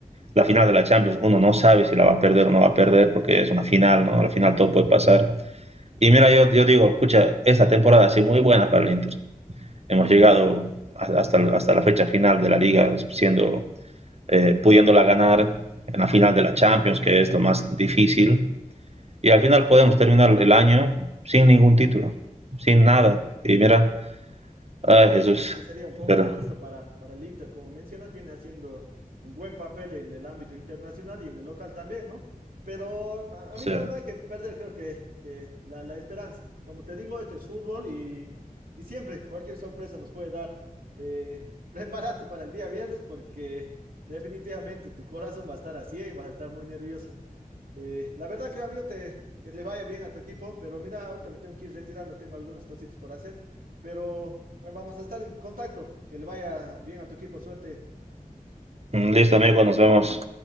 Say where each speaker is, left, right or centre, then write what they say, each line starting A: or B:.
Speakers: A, on the right (about 45°); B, on the right (about 80°).
A: La final de la Champions, uno no sabe si la va a perder o no va a perder, porque es una final, ¿no? Al final todo puede pasar. Y mira, yo, yo digo, pucha, esta temporada ha sido muy buena para el Inter. Hemos llegado hasta, hasta la fecha final de la liga, siendo, eh, pudiéndola ganar en la final de la Champions, que es lo más difícil y al final podemos terminar el año sin ningún título, sin nada. Y mira, ay
B: Sí,
A: Jesús,
B: yo creo que sería un poco
A: pero
B: injusto para, para el Inter. Como mencionas, viene haciendo un buen papel en el ámbito internacional y en el local también, ¿no? Pero, a- amigos,
A: sí.
B: no hay que perder, creo que, que la, la esperanza. Como te digo, esto es fútbol y, y siempre cualquier sorpresa nos puede dar. Eh, <laughs> prepárate para el día viernes porque definitivamente tu corazón va a estar a 100, vas a estar muy nervioso. Eh, la verdad, creo, amigo, te, que le vaya bien a tu equipo, pero mira, ahorita me tengo que ir retirando, tengo algunas cositas por hacer, pero eh, vamos a estar en contacto. Que le vaya bien a tu equipo, suerte.
A: listo amigo, nos vemos.